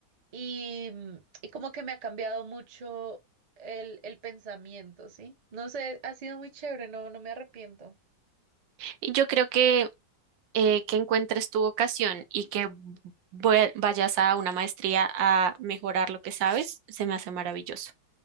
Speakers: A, on the right; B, on the right.
A: y, mm, y como que me ha cambiado mucho el, el pensamiento, ¿sí? No sé, ha sido muy chévere, no, no me arrepiento.
B: Y yo creo que eh, que encuentres tu vocación y que vue- vayas a una maestría a mejorar lo que sabes, se me hace maravilloso.